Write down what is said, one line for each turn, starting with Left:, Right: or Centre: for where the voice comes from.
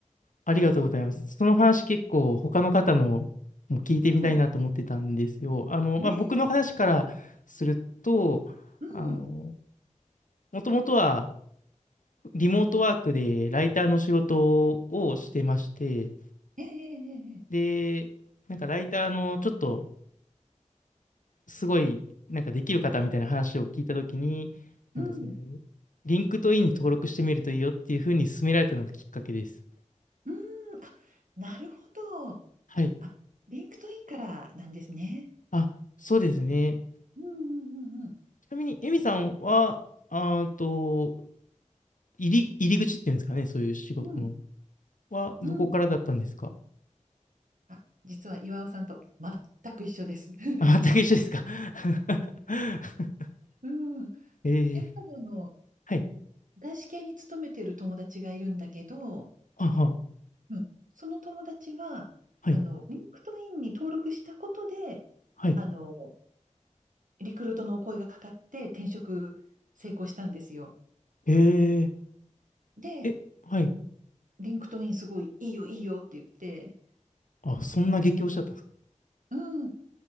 Left: ありがとうございます。その話結構他の方のも聞いてみたいなと思ってたんですよ。
Right: うん。
Left: あの、
Right: ねえ、
Left: まあ、僕の話からすると、
Right: うん。
Left: あの、もともとはリモートワークでライターの仕事をしてまして、
Right: ええええええ
Left: で、なんかライターのちょっとすごい、なんかできる方みたいな話を聞いたときに、
Right: うん。
Left: なんかそういう、リンクトインに登録してみるといいよっていうふうに勧められたのがきっかけです。
Right: うーん、あ、なるほど。
Left: はい
Right: あ、リンクトインからなんですね。
Left: あ、そうですね。
Right: うんうんうんうん。
Left: ちなみに、エミさんは、あーと、入り、入り口っていうんですかね、そういう仕事の。
Right: うん
Left: は、どこからだったんですか
Right: うん。あ、実は岩尾さんと全く一緒です。<laughs>
Left: <laughs> あ、全く一緒ですか <laughs>
Right: うん。
Left: えー、
Right: やっぱりあの、
Left: はい。
Right: 外資系に勤めてる友達がいるんだけど、
Left: あは、
Right: うん、その友達は、
Left: はい、
Right: あの、リンクトインに登録したことで、
Left: はい。
Right: あの、リクルートのお声がかかって転職成功したんですよ。
Left: え
Right: で、
Left: ー、え、はい。
Right: リンクトインすごいいいよいいよって言って、
Left: あ、そんな激推しだったんですか
Right: うん。